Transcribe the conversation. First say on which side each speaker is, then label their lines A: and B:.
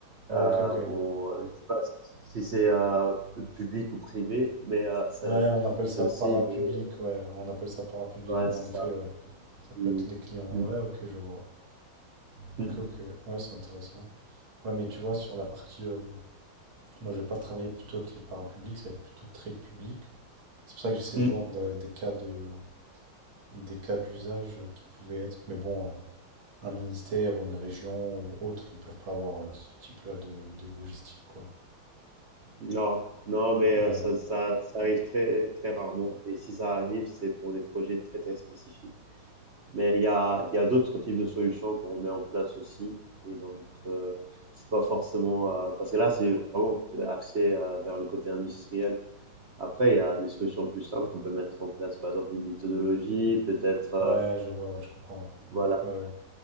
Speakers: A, on the right; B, on the right.
A: Oh,
B: Euh,
A: Ok, ok.
B: bon, euh, je sais pas si c'est euh, pu- public ou privé, mais euh, ça-
A: Ouais, on appelle
B: c'est
A: ça
B: aussi
A: parapublic,
B: des.
A: ouais. On appelle ça parapublic,
B: Ouais,
A: mais
B: c'est
A: en
B: ça.
A: effet, ouais. Ça peut
B: Mm,
A: être les clients.
B: mm,
A: Ouais, ok, je vois. Ok,
B: mm,
A: ok. Ouais, c'est intéressant. Ouais, mais tu vois, sur la partie. euh, moi, je vais pas travailler plutôt avec le parapublic, ça va être plutôt très public. C'est pour ça que j'essaie
B: mm.
A: de voir de- des cas de, des cas d'usage euh, qui pouvaient être. Mais bon, euh, un ministère ou une région ou autre, ils peuvent pas avoir euh, ce type-là de, de logistique, quoi.
B: Non, non, mais
A: Ouais.
B: euh, ça, ça, ça arrive très, très rarement. Et si ça arrive, c'est pour des projets très, très spécifiques. Mais il y a, il y a d'autres types de solutions qu'on met en place aussi. Et donc, euh, c'est pas forcément. euh, parce que là, c'est vraiment axé euh, vers le côté industriel. Après, il y a des solutions plus simples qu'on peut mettre en place. Par exemple, une méthodologie, peut-être. euh,
A: Ouais, je vois, ouais, je comprends.
B: voilà.
A: Ouais, ouais. ouais.